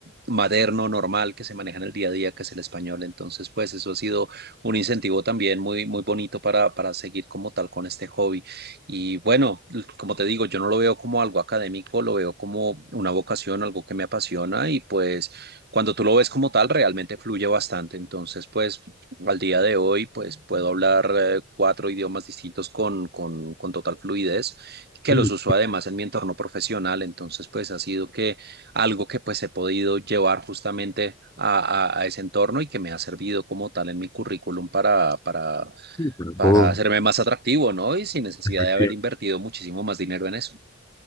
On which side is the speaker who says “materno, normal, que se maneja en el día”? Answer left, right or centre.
Right